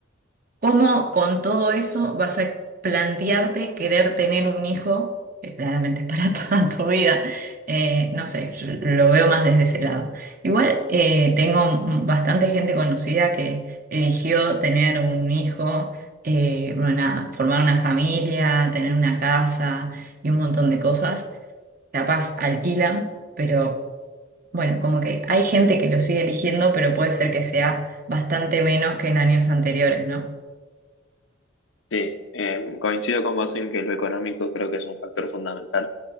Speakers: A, on the right; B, on the left.
A: ¿Cómo con todo eso vas a plantearte querer tener un hijo, que claramente es para <laughs> toda tu vida? Eh, no sé, yo lo veo más desde ese lado. Igual eh, tengo m- bastante gente conocida que eligió tener un hijo, eh, bueno, nada formar una familia, tener una casa y un montón de cosas. Capaz alquilan, pero bueno, como que hay gente que lo sigue eligiendo, pero puede ser que sea bastante menos que en años anteriores, ¿no?
B: Sí, eh, coincido con vos en que lo económico creo que es un factor fundamental.